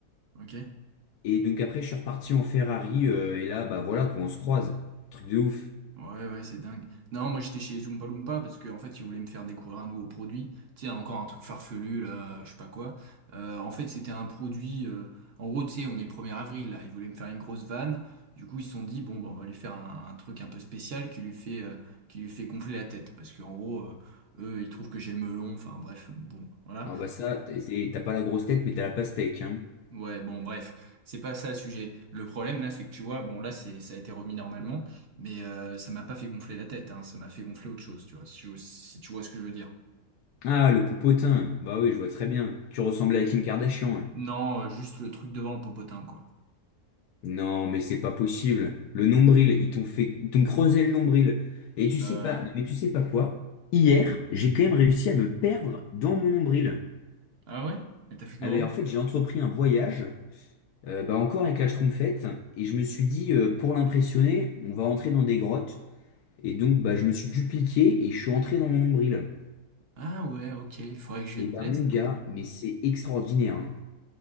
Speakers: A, on the right; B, on the left.
A: ok.
B: Et donc après, je suis reparti en Ferrari. euh, et là, bah voilà, quoi, on se croise. Truc de ouf.
A: Ouais, ouais, c'est dingue. Non, moi j'étais chez Zoompa Loompa parce qu'en fait ils voulaient me faire découvrir un nouveau produit. Tu sais, encore un truc farfelu, là, je sais pas quoi. Euh, en fait, c'était un produit. euh, en gros, tu sais, on est le premier avril là. Ils voulaient me faire une grosse vanne. Du coup, ils se sont dit, bon, bah, on va lui faire un, un truc un peu spécial qui lui fait, euh, qui lui fait gonfler la tête. Parce qu'en gros, euh, eux, ils trouvent que j'ai le melon. Enfin, bref, bon, voilà.
B: Alors bah ça, t'es- t'as pas la grosse tête, mais t'as la pastèque, hein.
A: Ouais, bon, bref, c'est pas ça le sujet. Le problème là, c'est que tu vois, bon là, c'est ça a été remis normalement, mais euh, ça m'a pas fait gonfler la tête, hein, ça m'a fait gonfler autre chose, tu vois, si, tu si tu vois ce que je veux dire.
B: Ah, le popotin. Bah oui, je vois très bien. Tu ressemblais à Kim Kardashian. hein.
A: Non, euh, juste le truc devant le popotin, quoi.
B: Non, mais c'est pas possible. Le nombril, ils t'ont fait, ils t'ont creusé le nombril. Et tu sais
A: Euh,
B: pas, non, mais tu sais pas quoi? Hier, j'ai quand même réussi à me perdre dans mon nombril.
A: ah ouais? Mais t'as fait comment?
B: Ah ben, en fait, j'ai entrepris un voyage, euh, bah encore avec la Schtroumpfette, et je me suis dit, euh, pour l'impressionner, on va entrer dans des grottes. Et donc, bah, je me suis dupliqué et je suis entré dans mon nombril.
A: Ah ouais, ok, il faudrait que je
B: Et
A: teste
B: bah, mon gars,
A: un peu.
B: mais c'est extraordinaire. hein.